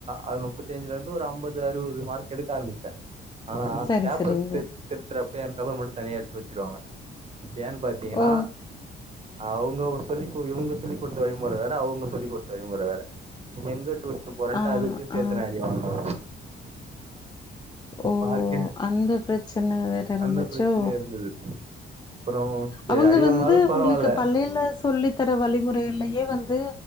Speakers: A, on the right; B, on the left.
A: ஆ முப்பத்திஞ்சிலெந் ஒரு ஐம்பது அறுவது மார்க் எடுக்க ஆரம்பிச்சன் ஆனா
B: சரி
A: பேப்பர்
B: சரிங்க
A: சேத் திருத்தரப்ப என் பேப்பர் மட்டும் தனியா எடுத்து வச்சிருவாங்க ஏன் பாத்தீங்ன்னா
B: ஓ
A: ஹ் அவங்க சொல்லி இவங்க சொல்லி் குடுத்த வழிமுற வேற அவங்க சொல்லி் குடுத்த வழிமுற வேற எங்க டூஷன் போறன்ட்டு
B: ஆ
A: அதுக்கு சேத்துன
B: ஆ
A: அடி வாங்ன
B: ஓ
A: மார்க்கே
B: அந்த பிரச்சன வேற இருந்துச்சோ
A: அந்த பிரச்சனை இருந்தது அப்புறோ சரி
B: அவங்க
A: அடி
B: வந்து
A: வாங்கினாலு பரவால்ல
B: உங்ளுக்கு பள்ளைல சொல்லி தர வழிமுற இல்லை வந்து